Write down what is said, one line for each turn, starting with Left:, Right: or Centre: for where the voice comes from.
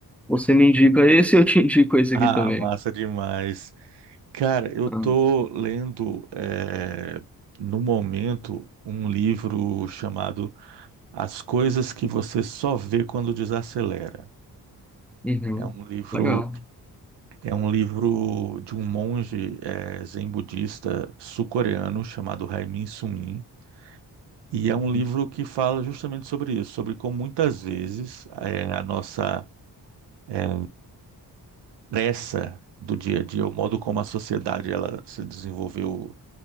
Centre: você me indica esse, eu te <laughs> indico esse
Right: Ah,
Centre: aqui também.
Right: massa demais. Cara, eu tô
Centre: Ah,
Right: lendo eh, no momento um livro chamado As Coisas que Você Só Vê Quando Desacelera.
Centre: uhum.
Right: É um livro
Centre: Legal.
Right: É um livro de um monge eh, zen budista sul-coreano chamado Haimin Sunim. E é
Centre: Uhum.
Right: um livro que fala justamente sobre isso, sobre como muitas vezes eh, a nossa eh, pressa do dia a dia, o modo como a sociedade ela se desenvolveu